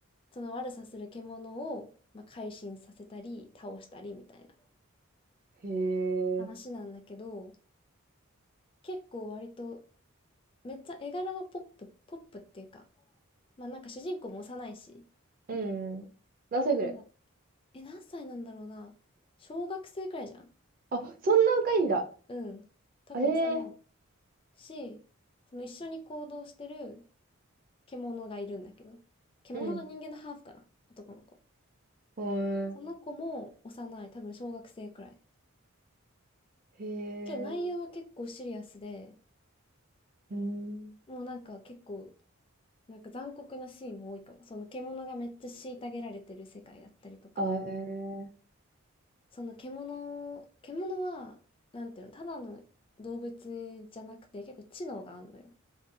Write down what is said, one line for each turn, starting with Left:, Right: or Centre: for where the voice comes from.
Left: その悪さする獣を、まあ、改心させたり、倒したりみたいな
Right: へえ。
Left: 話なんだけど、結構割と、めっちゃ絵柄はポップ、ポップっていうか、まあなんか主人公も幼いし、
Right: うん。何歳ぐらい
Left: ポップな、え、何歳なんだろうな。小学生くらいじゃん
Right: あ、そんな若いんだ。
Left: うん。多分幼い
Right: ええ。
Left: し、その一緒に行動してる獣がいるんだけど、獣と人間のハーフかな、
Right: うん。
Left: 男の子。
Right: う
Left: その子も幼い、
Right: ん。
Left: 多分小学生くらい。
Right: へ
Left: けど内容は結構シリアスで、
Right: え。うん。
Left: もうなんか結構、なんか残酷なシーンも多いかも。その獣がめっちゃ虐げられてる世界だったりとか、
Right: あえ。
Left: その獣、獣は、なんていうの、ただの動物じゃなくて結構知能があんのよ。